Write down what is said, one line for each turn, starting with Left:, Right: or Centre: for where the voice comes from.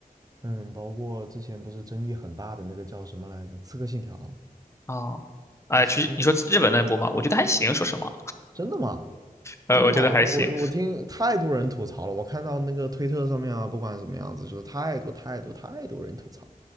Right: 嗯，
Left: 嗯，
Right: 包括之前不是争议很大的那个叫什么来着，《刺客信条》，
Left: 哦，哎，
Right: 就刺客信条，
Left: 其实你说日本那部嘛，我觉得还行，说实话，
Right: 真的吗？
Left: 呃，
Right: 真的吗？
Left: 我觉得还行。
Right: 我看我我听太多人吐槽了，我看到那个推特上面啊，不管什么样子，就是太多太多太多人吐槽了。